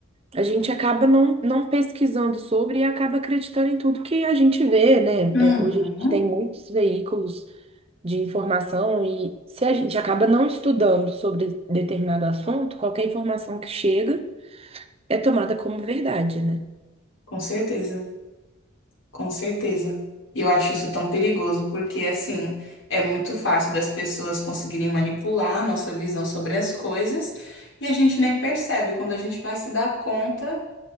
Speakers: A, on the right (about 30°); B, on the left (about 80°).
A: a gente acaba não, não pesquisando sobre e acaba acreditando em tudo que a gente vê, né?
B: Uhum,
A: É, hoje a gente tem muitos veículos de informação e se a gente acaba não estudando sobre determinado assunto, qualquer informação que chega é tomada como verdade, né?
B: com certeza. Com certeza. E eu acho isso tão perigoso, porque assim, é muito fácil das pessoas conseguirem manipular a nossa visão sobre as coisas e a gente nem percebe. Quando a gente vai se dar conta,